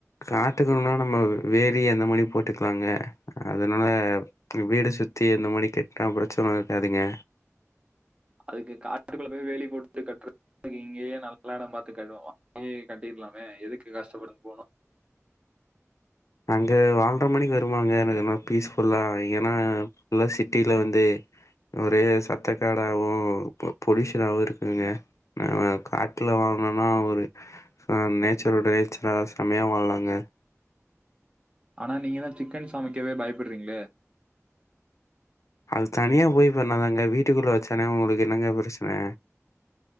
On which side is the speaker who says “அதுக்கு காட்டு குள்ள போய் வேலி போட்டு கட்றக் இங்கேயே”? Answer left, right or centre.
Right